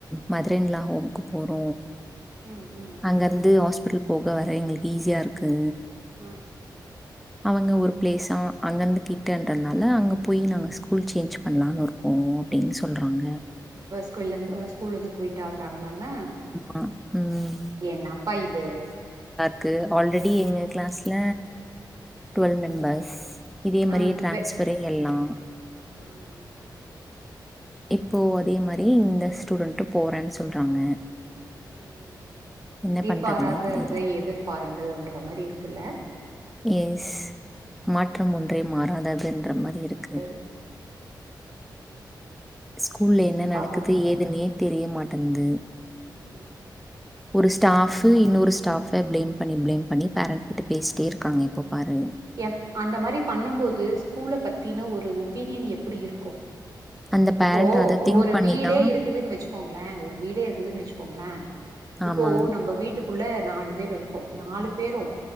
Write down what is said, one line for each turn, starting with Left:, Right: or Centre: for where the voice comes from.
Centre: மதரின்லா ஹோம்க்கு போறோ
Right: ம் ம்
Centre: அங்கருந்து ஹாஸ்பிட்டல் போக வர எங்களுக்கு ஈஸியாருக்கு
Right: ம் ம் ம்
Centre: அவங்க ஒரு ப்ளேஸா அங்கந்து கிட்டன்றனால அங்க போயி நாங்க ஸ்கூல் சேஞ்ச் பண்லானுருக்கோ. அப்டின் சொல்றாங்க.
Right: இப்ப ஸ்கூல்லிந்து அ ஸ்கூல்லிந்து க்குயிட்டாக டாங்ளாங்க
Centre: ஆ, ம்
Right: என்னப்பா இது.
Centre: க்கு ஆல்ரெடி எங்க
Right: ஆ
Centre: க்ளாஸ்ல டுவெல் மெம்பர்ஸ் இதே மாரியே
Right: ஆ
Centre: டிரான்ஸ்பரே
Right: பே
Centre: எல்லா.
Right: ஆ ஹ
Centre: இப்போ அதே மாரி இந்த ஸ்டூடென்டு போறன் சொல்றாங்க.
Right: ம் ம்
Centre: என்ன
Right: எதிர்பாராததை
Centre: பண்றதுன்னே தெரியல
Right: எதிர்பாருங்கள்ன்ற மாரி இருக்குல்ல.
Centre: எஸ் மாற்றம்
Right: ம்
Centre: ஒன்றே மாறாததுன்ற மாரி
Right: மாறாதது
Centre: இருக்கு.
Right: ம்
Centre: ஸ்கூல்ல
Right: என்னப்பா
Centre: என்ன நடக்குது
Right: பண்றது
Centre: ஏதுன்னே தெரியமாட்டன்து.
Right: அ
Centre: ஒரு ஸ்டாஃபு இன்னோரு ஸ்டாஃப பிளேம் பண்ணி பிளேம் பண்ணி பேரண்ட் கிட்ட பேசிட்டேருக்காங்க எப்ப பாரு.
Right: எப் அந்த மாரி பண்ணும்போது ஸ்கூல பத்தின ஒரு ஒப்பீனியன் எப்பிடி இருக்கு?
Centre: அந்த பேரண்ட்
Right: இப்போ
Centre: அத திங்க்
Right: ஒரு
Centre: பண்ணி
Right: வீடே
Centre: தான்
Right: இருக்குதுன் வெச்சுக்கோங்ளே ஒரு வீடே இருக்குதுன் வெச்சுக்கோங்ளே இப்போ
Centre: ஆமா.
Right: நம்ம வீட்டுக் குள்ள நாலு பேரு இருக்கோ நாலு பேரு